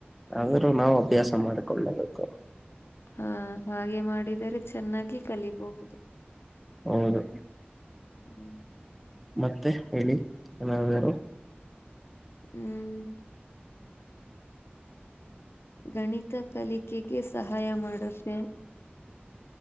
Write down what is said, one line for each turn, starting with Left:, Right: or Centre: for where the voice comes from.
Centre: ಆದ್ರೂ ನಾವು ಅಭ್ಯಾಸ ಮಾಡಿಕೊಳ್ಳಬೇಕು
Left: ಹಾ ಹಾಗೆ ಮಾಡಿದರೆ ಚೆನ್ನಾಗಿ ಕಲಿಬಹುದು
Centre: ಹೌದು
Left: ಹ್ಮ್
Centre: ಮತ್ತೆ ಹೇಳಿ ಏನಾರು
Left: ಹ್ಮ್ ಗಣಿತ ಕಲಿಕೆಗೆ ಸಹಾಯ ಮಾಡುತ್ತೆ